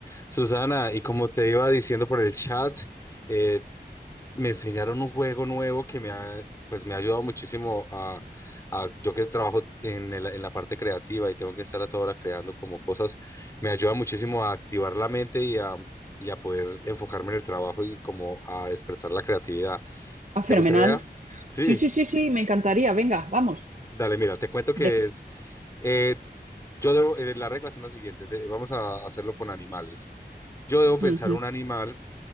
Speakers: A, on the left (about 15°); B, on the right (about 45°).
A: Susana, y como te iba diciendo por el chat, eh, me enseñaron un juego nuevo que me ha, pues me ha ayudado muchísimo a, a- yo que trabajo en, el- en la parte creativa y tengo que estar a toda hora creando como cosas, me ayuda muchísimo a activar la mente y a, y a poder enfocarme en el trabajo y como a despertar la creatividad.
B: Ah,
A: ¿Te
B: fenomenal.
A: gustaría? Sí,
B: Sí, sí, sí, sí, me encantaría. Venga, vamos.
A: dale, mira, te cuento que
B: De-
A: es, eh, yo debo, eh, las reglas son las siguientes, de- vamos a hacerlo con animales. Yo debo pensar
B: Ujú,
A: un animal